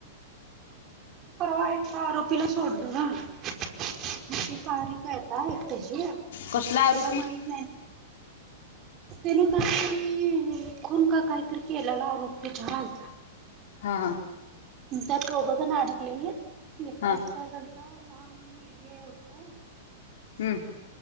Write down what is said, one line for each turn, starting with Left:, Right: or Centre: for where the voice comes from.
Right: परवा एका आरोपीला सोडल गं, मग ती तारीख हाय आता एकटयाची.
Left: कसला
Right: तेला माहित
Left: <inaudible>
Right: तेन कायतरी खून का कायतरी केलेला आरोप तेच्यावर आलता.
Left: हां हां
Right: त्यात दोघंजण अडकलेलीत एकट्याच
Left: हा
Right: काय झालंत लहान मुलगी हाय वाढतं.
Left: हू...